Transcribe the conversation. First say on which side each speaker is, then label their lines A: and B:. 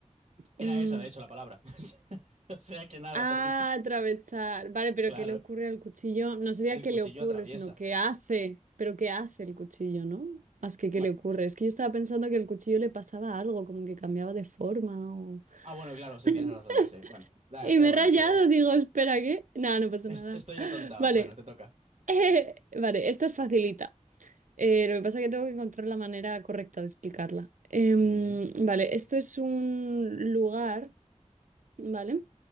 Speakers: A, on the right; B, on the right.
A: Era
B: Mm.
A: esa, de hecho, la palabra. <laughs> O sea que nada,
B: Ah,
A: perdí.
B: atravesar. Vale, pero
A: Claro,
B: ¿qué le ocurre al cuchillo? No sería
A: el
B: qué
A: cuchillo
B: le ocurre,
A: atraviesa.
B: sino qué hace. Pero ¿qué hace el cuchillo, no? Más que qué
A: Ba-
B: le ocurre. Es que yo estaba pensando que el cuchillo le pasaba algo, como que cambiaba de forma o...
A: Ah, bueno, claro, sí,
B: <laughs>
A: tienes razón, sí. Bueno, da,
B: Y
A: da
B: me
A: igual,
B: he rayado,
A: estoy,
B: digo, espera, ¿qué? Nada, no pasa
A: Es-
B: nada.
A: Estoy atontado.
B: Vale,
A: Bueno, te toca.
B: <laughs> vale, esta es facilita. Eh, lo que pasa es que tengo que encontrar la manera correcta de explicarla. Em,
A: Ujú,
B: vale, esto es un lugar, ¿vale?